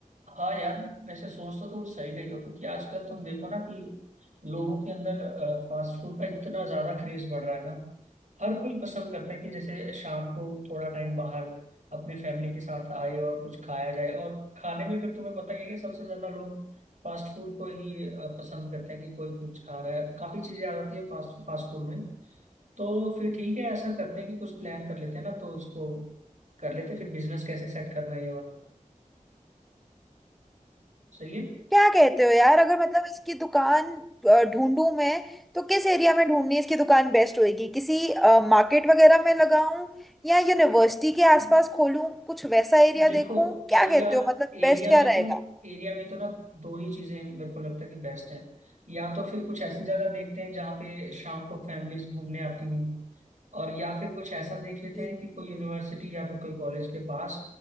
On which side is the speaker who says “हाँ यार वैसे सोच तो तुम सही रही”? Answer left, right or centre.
Right